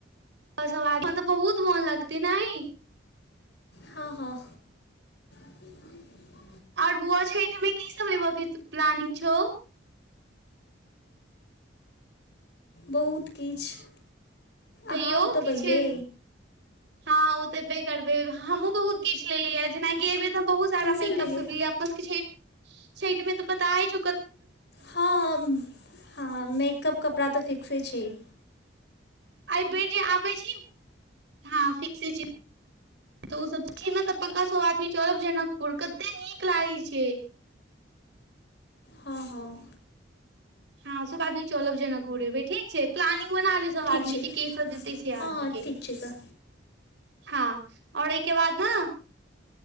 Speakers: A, on the right; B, on the left.
A: तऽ बहुत मोन लगते नइ
B: हँ हँ <unintelligible>
A: आर बुआ छठमे की सब लेबबाक प्लानिंग छौ
B: बहुत किछु
A: तैयो
B: आहाँ ओउ तऽ
A: किछु
B: पहिले
A: हँ ओ तेबे करबे हमहुँ बहुत किछ लेलिय जेनााक बे तऽ बहुत सारा
B: कीसभ
A: मेकअप
B: लेलियै
A: सब ले आपस के छठि छठि मे तऽ पता है छो
B: हम हँ मेकअप कपड़ा तऽ फिक्से छैय
A: आई बेर जे आबै छी हँ फिक्से छै तऽ ओ सब तऽ पक्का सब आदमी चलब जनकपुर कते नीक लागै छै
B: हँ हँ
A: हँ सब आदमी चलब जनकपुर अई बेर ठीक छै प्लानिंग बटालियन
B: ठीक
A: आदमी
B: छै
A: के के सब जैतै से
B: हँ
A: आदमी
B: हँ
A: के
B: ठीक छै तऽ
A: हँ आओर एहिके बाद न